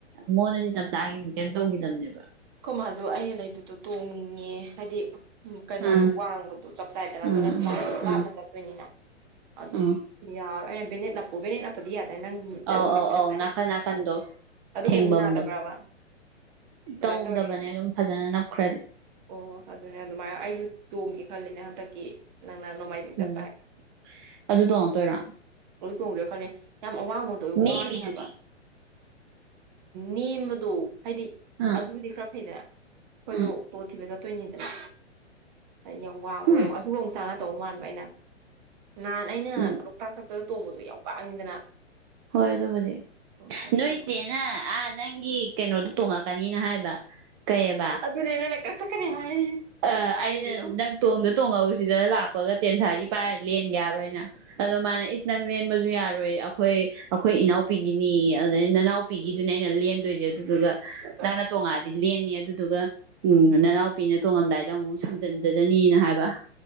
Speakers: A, on the right (about 20°); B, on the right (about 40°).
A: ꯃꯣꯟꯅꯗꯤ ꯆꯞ ꯆꯥꯒꯤꯗꯤ ꯀꯩꯝ ꯇꯧꯈꯤꯗꯕꯅꯦꯕ
B: ꯀꯃꯁꯨ ꯑꯩꯅ ꯂꯩꯕꯗꯣ ꯇꯣꯡꯅꯤꯡꯉꯦ ꯍꯥꯏꯗꯤ ꯎ ꯀꯩꯅꯣꯗꯣ
A: ꯑꯥ
B: ꯋꯥꯡꯕꯗꯣ ꯆꯞ ꯆꯥꯏꯗꯅ ꯑꯗꯨꯅꯗꯤ
A: ꯑꯥ ꯑꯥ ꯑꯥ
B: ꯂꯥꯞꯅ ꯆꯠꯇꯣꯏꯅꯤꯅ ꯑꯗꯣ
A: ꯑꯥ
B: ꯌꯥꯔꯣꯏ ꯑꯩꯅ ꯕꯦꯅꯦꯠ ꯅꯞꯄꯨ ꯕꯦꯅꯦꯠ ꯞꯄꯗꯤ ꯌꯥꯗꯦ ꯑ ꯅꯪ
A: ꯑꯧ
B: ꯑꯗꯨꯝꯇ
A: ꯑꯧ ꯑꯧ ꯅꯥꯀꯟ ꯅꯥꯀꯟꯗꯣ
B: ꯑꯗꯨ
A: ꯊꯦꯡꯕꯝꯗꯣ
B: ꯀꯩꯝ ꯅꯥꯗꯕ꯭ꯔꯕ ꯑꯗꯨꯃꯥꯏꯅ
A: ꯇꯧꯗꯕꯅꯦ
B: ꯇꯧꯔ
A: ꯑꯗꯨꯝ ꯐꯖꯅ ꯅꯞꯈ꯭ꯔꯗꯤ
B: ꯑꯣ ꯑꯗꯨꯅꯦ ꯑꯗꯨꯃꯥꯏꯅ ꯑꯩꯁꯨ ꯇꯣꯡꯒꯦ ꯈ ꯅ ꯍꯟꯗꯛꯀꯤ ꯅꯪꯅ ꯅꯣꯡꯃꯥꯏꯖꯤꯡ ꯆꯠꯄ
A: ꯎꯝ
B: ꯍꯥꯏ
A: ꯑꯗꯨ ꯇꯣꯡꯉꯛꯇꯣꯏꯔꯣ
B: ꯑꯗꯨ ꯇꯣꯡꯗꯔꯥ ꯈꯂꯦ ꯌꯥꯝ ꯑꯋꯥꯡꯕꯗꯣ ꯑꯣꯏ
A: ꯅꯦꯝꯃꯤꯗꯨꯗꯤ
B: ꯋꯥꯅꯤ ꯍꯥꯏꯕ ꯅꯦꯝꯕꯗꯣ ꯍꯥꯏꯗꯤ
A: ꯑꯥ
B: ꯑꯗꯨꯗꯤ ꯈꯔ ꯐꯩꯗꯅ ꯑꯩꯈꯣꯏꯗꯣ
A: ꯑꯥ
B: ꯑꯣꯇꯣ ꯊꯤꯕ ꯆꯠꯇꯣꯏꯅꯤꯗꯅ ꯌꯥꯝ ꯋꯥꯡꯕꯗꯣ
A: ꯍꯝ
B: ꯑꯗꯨꯒ ꯑꯃꯨꯛ ꯆꯥꯅ ꯇꯧ ꯃꯥꯟꯕ ꯑꯩꯅ ꯅꯍꯥꯟ ꯑꯩꯅ
A: ꯎꯝ
B: ꯂꯣꯛꯇꯥꯛ ꯗ ꯇꯣꯡꯕꯗꯣ ꯌꯥꯝ ꯋꯥꯡꯉꯤꯗꯅ
A: ꯍꯣꯏ ꯑꯗꯨꯕꯨꯗꯤ
B: ꯎꯝ ꯑꯗꯨ
A: ꯅꯣꯏ ꯏꯆꯦꯅ ꯑꯥ ꯅꯪꯒꯤ ꯀꯩꯅꯣꯗꯨꯣ ꯇꯣꯡꯉꯛꯀꯅꯤꯅ ꯍꯥꯏꯕ ꯀꯩꯑꯕ
B: ꯑꯗꯨꯅꯦ ꯅꯪꯅ ꯀꯊꯛꯀꯅꯤ ꯍꯥꯏ
A: ꯑ
B: ꯑꯔꯪꯕꯤꯗꯣ
A: ꯑꯩꯅ ꯅꯪ ꯇꯣꯡꯗ ꯇꯣꯡꯉꯎꯁꯤꯗ ꯂꯥꯛꯄꯒ ꯇꯦꯟꯁꯥꯔꯤ ꯄꯥꯏꯔ ꯂꯦꯟꯒꯦ ꯍꯥꯏꯕ ꯑꯩꯅ ꯑꯗꯨ ꯃꯥꯅ ꯏꯁ ꯅꯪ ꯂꯦꯟꯕꯁꯨ ꯌꯥꯔꯣꯏ ꯑꯩꯈꯣꯏ ꯑꯩꯈꯣꯏ ꯏꯅꯥꯎꯄꯤꯒꯤꯅꯤ ꯑꯗꯩ ꯅꯅꯥꯎꯄꯤꯒꯤꯁꯨꯅꯦ ꯣꯏꯗꯨ ꯅꯉ ꯑꯗꯨꯗꯨꯒ ꯎ ꯅꯅꯥꯎꯄꯤꯅꯉꯝꯗꯥꯏ ꯗ ꯑꯃꯨꯛ ꯁꯝꯖꯤꯟꯖꯖꯅꯤꯅ ꯍꯥꯏꯕ